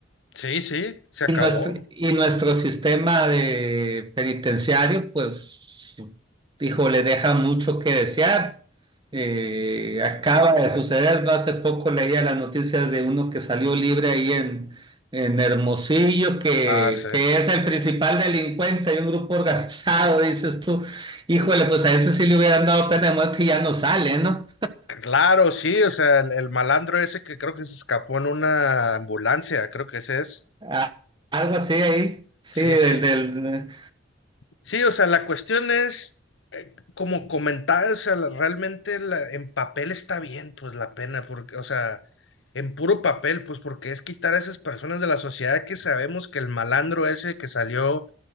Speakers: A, on the left; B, on the right.
A: Sí, sí, se
B: Y
A: acabó.
B: nuestro, y nuestro sistema de penitenciario, pues, dijo, le deja mucho que desear. Eh, acaba de suceder, no hace poco leía las noticias de uno que salió libre ahí en, en Hermosillo, que,
A: Ah, sí.
B: que es el principal delincuente de un grupo organizado, dices tú. Híjole, pues a ese sí le hubieran dado pena de muerte y ya no sale, ¿no?
A: Claro, sí, o sea, el, el malandro ese que creo que se escapó en una ambulancia, creo que ese es.
B: A- algo así ahí, sí,
A: Sí,
B: del,
A: sí.
B: del...
A: Sí, o sea, la cuestión es, eh, como comentaba, o sea, la- realmente la- en papel está bien, pues la pena, porque, o sea, en puro papel, pues porque es quitar a esas personas de la sociedad que sabemos que el malandro ese que salió